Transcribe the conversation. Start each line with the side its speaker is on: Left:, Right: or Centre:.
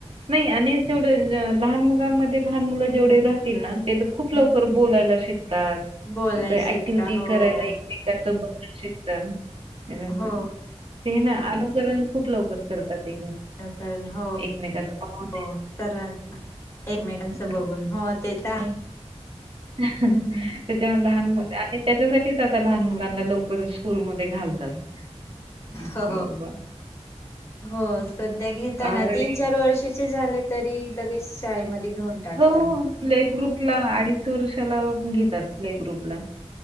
Right: नाही आणि तेवढं लहान मुलांमध्ये लहान मुलं जेवढे राहतील ना, ते खूप
Left: हम्म
Right: लवकर बोलायला शिकतात,
Left: बोलाय
Right: ते
Left: शिकता
Right: ऍक्टिव्हटी
Left: हो.
Right: करायला एकच बघून शिकतात, <unintelligible>
Left: हो
Right: ते ना अनुकरण खूप लवकर करतात <unintelligible>
Left: कारण, हो
Right: एकमेकाचं पाहून
Left: हो सर्वांच. एकमेकांचं बघून
Right: हं.
Left: हो ते तर आहे.
Right: <unintelligible>
Left: हम्म
Right: त्याच्यान लहान आणि त्याच्यासाठीच आता लहान मुलांना लवकरच स्कूलमध्ये घालतात. की
Left: हो,
Right: बाबा
Left: हो, सध्या घेताना
Right: ऑलरेडी
Left: तीन-चार वर्षाचे झाले तरी लगेच शाळेमध्ये घेऊन टाकता
Right: हो, हो, प्ले ग्रुपला आडीच वर्षाला घेतात प्ले ग्रुपला.